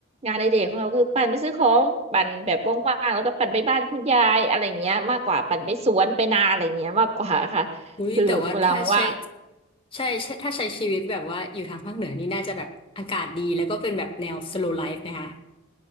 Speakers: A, on the right (about 30°); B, on the left (about 25°).
A: งานในเด็กของเราคือปั่นไปซื้อของปั่นแบบว่างๆแล้วก็ปั่นไปบ้านคุณยายอะไรเงี้ยมากกว่าปั่นไปสวนไปนาอะไรเงี้ยมากกว่าค่ะ
B: อุ้ยแต่ว่าถ้าใช้
A: คือเวลาว่าง
B: ใช่ใช่ถ้าใช้ชีวิตแบบว่าอยู่ทางภาคเหนือนี่น่าจะแบบอากาศดีแล้วก็เป็นแบบแนว slow life นะคะ